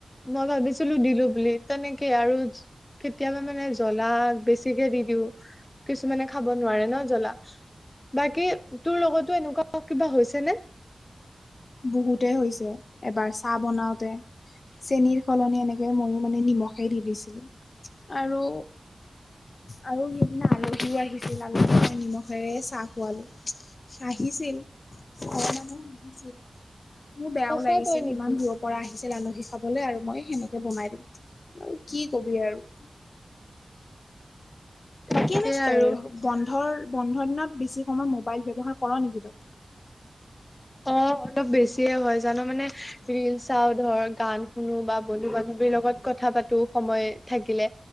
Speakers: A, on the left (about 25°); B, on the left (about 55°).
A: মই ভাবিছিলো দিলো বুলি তেনেকে আৰু। কেতিয়াবা মানে জ্বলা বেছিকে দি দিওঁ। মানে খাব নোৱাৰে ন জ্বলা, বাকী তোৰ লগতো এনেকুৱা কিবা হৈছে নে?
B: বহুতে হৈছে, এবাৰ চাহ বনাওতে চেনীৰ সলনি এনেকে ময়ো মানে নিমখে দি দিছিলো, আৰু আৰু সেইদিনা আলহীও আহিছিল, আলহীক মই নিমখেৰে চাহ খোৱালো। হাঁহিছিল, ঘৰ মানুহ হাঁহিছিল মোৰ বেয়াও
A: সঁচাকৈ
B: লাগিছিল
A: নেকি
B: ইমান দূৰত পৰা আহিছিল আলহী খাবলৈ আৰু মই সেনেকে বনাই দিলো আৰু কি কবি আৰু। বাকী
A: তাকে
B: এনে এ
A: আৰু
B: বন্ধৰ বন্ধৰ দিনত বেছি সময় মোবাইল ব্যৱহাৰ কৰ নেকি তই?
A: অ' অলপ বেছিয়ে হয় জান মানে
B: হয় <unintelligible>
A: ৰিল চাওঁ ধৰ গান শুনো বা বন্ধু বান্ধৱীৰ লগত কথা পাতো সময়ে থাকিলে,